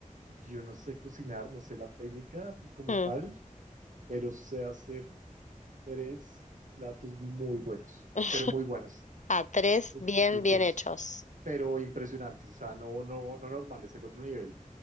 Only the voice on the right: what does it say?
yo no sé cocinar, no sé la técnica como
tal, pero sé hacer tres platos muy buenos,
pero muy buenos,
exquisitos,
pero impresionantes, o sea, no, no, no normales, el otro nivel.